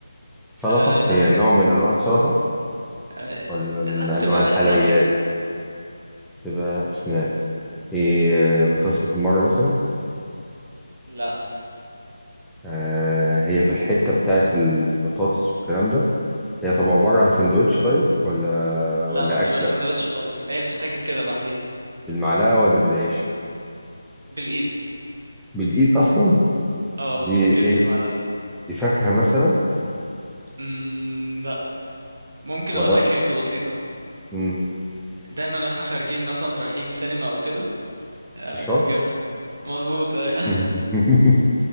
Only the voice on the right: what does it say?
آه لا
هي-
آه
لا بتبقى
سناك كده
لا
لا
ما بتبقاش
سندوتش خالص هي بتتاكل كده لوحدها
بالايد
اه
ما بتتاكلش
بعدها
امم لا ممكن
اقول لك هنت بسيطه
دايما واحنا خارجين مثلا رايحين سينما او كده آه،
بنجيبها مظبوط ايوه